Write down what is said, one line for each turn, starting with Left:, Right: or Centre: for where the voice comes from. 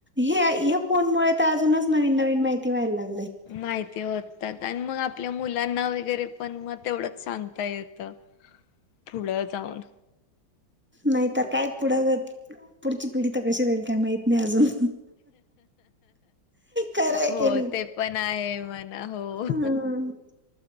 Centre: हे हे फोनमुळे त अजून नवीन, नवीन माहिती व्हायलाग
Left: माहिती होतात आणि मग आपल्या मुलांना वगैरे पण म तेवढंच सांगता येत पुढं जाऊन
Centre: नाही तर काय पुढ, पुढची पिढी त कशी राहील काय माहित नाही अजून, खरंय
Left: हो
Centre: की नाही
Left: ते पण आहे म्हणा हो!
Centre: हम्म